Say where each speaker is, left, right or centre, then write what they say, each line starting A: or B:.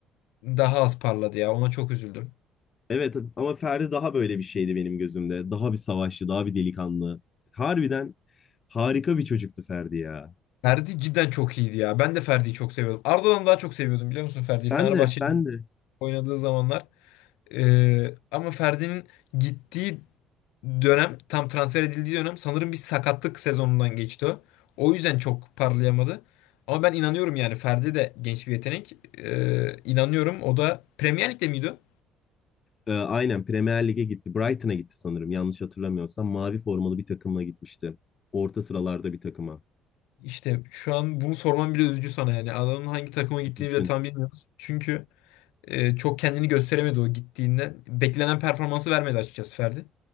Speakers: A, on the left; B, on the left.
A: daha az parladı ya. Ona çok üzüldüm.
B: Evet ama Ferdi daha böyle bir şeydi benim gözümde. Daha bir savaşçı, daha bir delikanlı. Harbiden harika bir çocuktu Ferdi ya.
A: Ferdi cidden çok iyiydi ya. Ben de Ferdi'yi çok seviyordum. Arda'dan daha çok seviyordum biliyor musun Ferdi'yi?
B: Ben
A: Fenerbahçe'de
B: de, ben de.
A: oynadığı zamanlar. Ee, ama Ferdi'nin gittiği dönem, tam transfer edildiği dönem sanırım bir sakatlık sezonundan geçti o. O yüzden çok parlayamadı. Ama ben inanıyorum yani Ferdi de genç bir yetenek. Ee, inanıyorum. O da Premier Lig'de miydi? o?
B: e, aynen Premier Lig'e gitti. Brighton'a gitti sanırım yanlış hatırlamıyorsam. Mavi formalı bir takımla gitmişti. Orta sıralarda bir takıma.
A: İşte şu an bunu sormam bile üzücü sana yani. Adamın hangi takıma gittiğini
B: Düşün.
A: bile tam bilmiyoruz. Çünkü e, çok kendini gösteremedi o gittiğinde. Beklenen performansı vermedi açıkçası Ferdi.